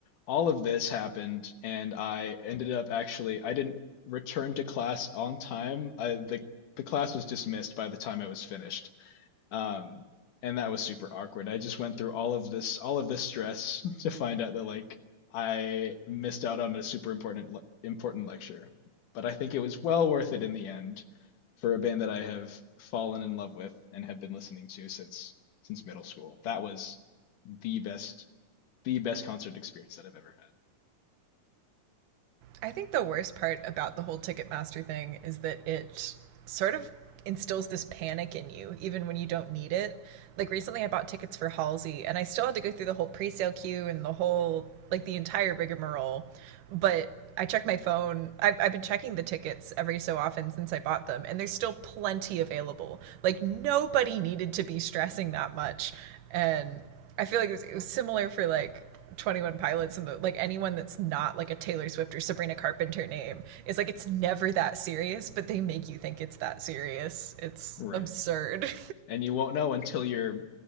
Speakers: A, on the left; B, on the right.
A: All of this happened, and I ended up actually I didn't return to class on time. I the the class was dismissed by the time I was finished. Um, and that was super awkward. I just went through all of this, all of this stress <laughs> to find out that like I missed out on a super important le- important lecture. But I think it was well worth it in the end for a band that I have fallen in love with and have been listening to since since middle school. That was the best the best concert experience that I've ever had.
B: I think the worst part about the whole Ticketmaster thing is that it sort of instills this panic in you, even when you don't need it. Like recently, I bought tickets for Halsey, and I still had to go through the whole pre sale queue and the whole, like, the entire rigmarole. but I check my phone. I've, I've been checking the tickets every so often since I bought them, and there's still plenty available. Like nobody needed to be stressing that much, and I feel like it was, it was similar for like Twenty One Pilots and the, like anyone that's not like a Taylor Swift or Sabrina Carpenter name. It's like it's never that serious, but they make you think it's that serious. It's
A: Right.
B: absurd,
A: And you won't know until you're